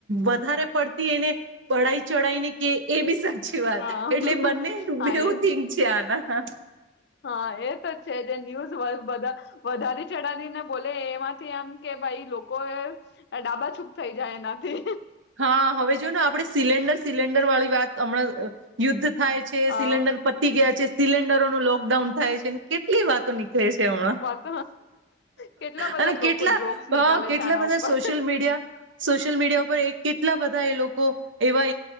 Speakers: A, on the right (about 80°); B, on the left (about 60°).
A: વધારે પડતી એને બડાાઈ ચઢાઈને કે એ બી સાચી વાત
B: હા
A: એટલે બને
B: હા
A: બેવું
B: એ
A: થિક છે આના
B: હા એ તો છે ન્યૂઝ વધા વધારે ચઢીને બોલે એમાંથી એમ કે ભાઈ લોકો ડાબા છૂક થઈ જાય એનાથી
A: હા હવે જો ને આપણે સિલેન્ડર સિલેન્ડર વાળી વાત હમણાં યુદ્ધ થાયે છે,
B: આ
A: સિલિન્ડર પતી ગયા છે. સિલિન્ડરોનું લોકડાઉન થાય છે, કેટલી વાતો નીક છે હમણાં
B: વાત કેટલા બધા
A: અને
B: લોકો
A: કેટલા
B: જોક્સ
A: હ
B: નીકાલે
A: કેટલા
B: છે આના
A: બધા
B: ઉપર
A: સોશિયલ મીડિયા સોશિયલ મીડિયા ઉપર એક બધા એ લોકો એવા